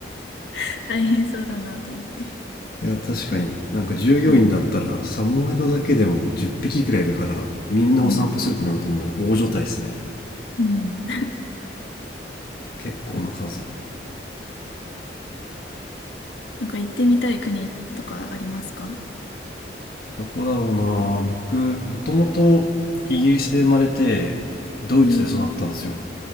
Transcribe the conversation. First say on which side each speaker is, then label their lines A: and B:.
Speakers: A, on the left; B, on the left.
A: <laughs> 大変そうだなと思って。
B: いや確かになんか従業員だったらサモエドだけでも10匹くらいいるからみんなお散歩するとなるともう大所帯ですね
A: うんうん。うん。
B: 結構な数
A: なんか行ってみたい国とかありますか
B: どこだろうな僕もともとイギリスで生まれてドイツで育ったんですよ
A: えー、